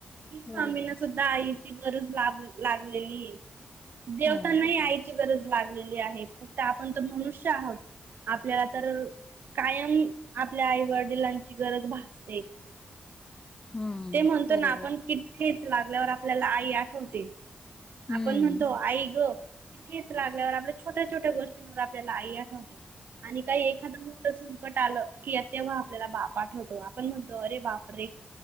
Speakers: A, on the right; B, on the left.
A: की स्वामींना
B: बरोबर.
A: सुद्धा आई ची गरज ला लागलेली आहे देेवतांना
B: हं,
A: ही आईची गरज लागलेली आहे फक्त आपण तर मनुष्य आहोत आपल्याला तर कायम आपल्या आई वडिलांची गरज भासते.
B: हं.
A: ते म्हणतो
B: बरोबर.
A: ना आपण किे लागल्यावर आपल्याला आई आठवते
B: हं,
A: आपण म्हणतो आई ग तिथेच लागल्यावर आपल्या छोट्या छोट्या गोष्टींवर आपल्याला आई आठवते. आणि काही एखादं मोठ संकट ट आलं कि तेव्हा आपल्याला बाप आठवतो आपण म्हणतो अरे बाप रे